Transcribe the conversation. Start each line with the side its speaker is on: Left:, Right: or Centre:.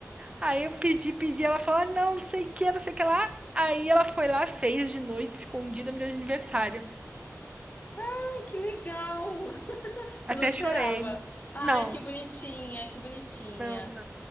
Right: Aí eu pedi, pedi, ela falou, "Ah, não, não sei o que, não sei o que lá. Aí ela foi lá, fez de noite, escondida, me deu de aniversário.
Left: Ai, que legal! Você
Right: Até
Left: não esperava.
Right: chorei.
Left: Ai,
Right: Não,
Left: que bonitinha, que bonitinha.
Right: não, não.